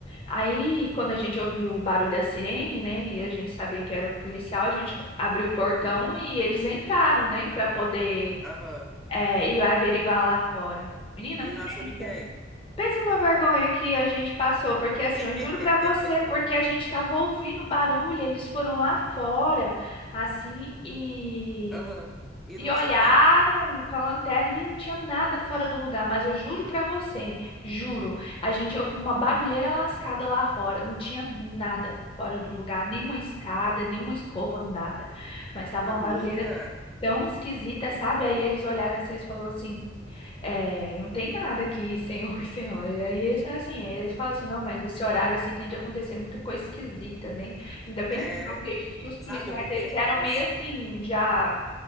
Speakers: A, on the left (about 30°); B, in the centre.
A: Aí, quando a gente ouviu o barulho da sirene, né, e a gente sabia que era o policial, a gente abriu o portão e eles entraram, né, pra poder
B: aham.
A: é, ir lá averiguar lá fora. Menina,
B: E
A: pensa.
B: não achou ninguém.
A: Pensa na vergonha que a gente passou, porque assim,
B: <laughs>
A: eu juro pra você, porque a gente tava ouvindo barulho, eles foram lá fora, assim, e
B: Aham. E
A: e
B: não
A: olharam
B: tinha nada.
A: com a lanterna, menina, não tinha nada fora do lugar, mas eu juro pra você, juro, a gente ouviu uma barulheira lascada lá fora, não tinha nada fora do lugar, nenhuma escada, nenhuma escova, nada. Mas tava
B: Amiga,
A: uma barulheira tão esquisita, sabe? Aí eles olharam assim, eles falaram assim, é, não tem nada aqui, senhor, <laughs> senhora. E aí, eles, assim, eles falam assim, não, mas esse horário, assim, tem de acontecer muita coisa esquisita, né? Ainda bem
B: é.
A: assim, eu acredito que os policiais,
B: Sabe, porque
A: eles eram
B: você.
A: meio assim, já...